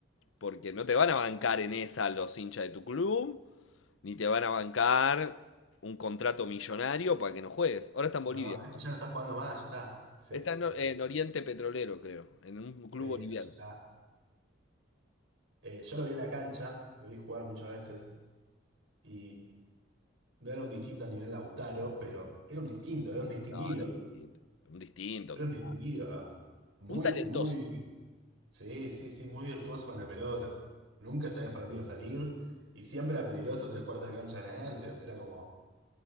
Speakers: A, on the left; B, on the right.
A: Porque no te van a bancar en esa los hinchas de tu club, ni te van a bancar un contrato millonario para que no juegues. Ahora está en Bolivia.
B: No, es que ya no está jugando más, ya está. Se,
A: Está
B: se,
A: en, Or- en
B: se
A: Oriente Petrolero, creo, en un
B: Sí,
A: club
B: pero
A: boliviano.
B: ya está. Eh, yo lo vi en la cancha, lo vi jugar muchas veces y y no era un distinto al nivel Lautaro, pero era un distinto, era un distinguido,
A: No, no, distinto. Un distinto
B: era
A: total.
B: un distinguido, ¿ah? Muy,
A: Un talentoso,
B: muy, sí, sí, sí, muy virtuoso con la pelota. Nunca sabías para dónde iba a salir y siempre era peligroso tres cuartos de cancha en adelante. Era como,